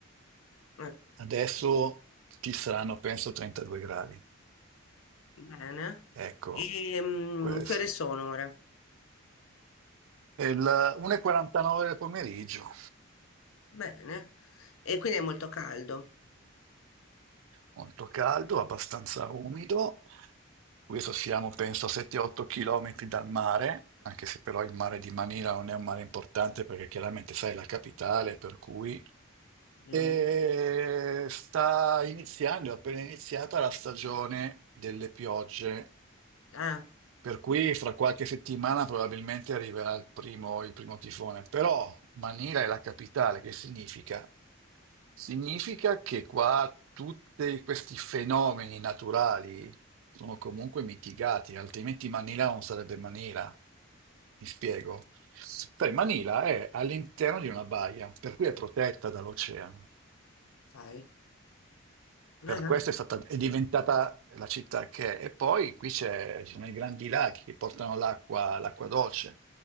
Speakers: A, on the left; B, on the right.
A: Eh,
B: Adesso ci saranno, penso, 32 gradi.
A: Bene.
B: Ecco
A: E, mm,
B: questo.
A: che ore sono ora?
B: È il 1.49 del pomeriggio,
A: Bene. E quindi è molto caldo.
B: molto caldo, abbastanza umido. Questo siamo, penso, a 7-8 km dal mare, anche se però il mare di Manila non è un mare importante perché chiaramente sai è la capitale, per cui
A: Mm.
B: E sta iniziando, è appena iniziata la stagione delle piogge,
A: Ah,
B: per cui fra qualche settimana probabilmente arriverà il primo, il primo tifone. Però Manila è la capitale, che significa? Significa che qua tutti questi fenomeni naturali sono comunque mitigati, altrimenti Manila non sarebbe Manila. Mi spiego. Sai, Manila è all'interno di una baia, per cui è protetta dall'oceano.
A: sai. Eh,
B: Per questo è stata, è diventata la città che è. E poi qui c'è- ci sono i grandi laghi che portano l'acqua, l'acqua dolce,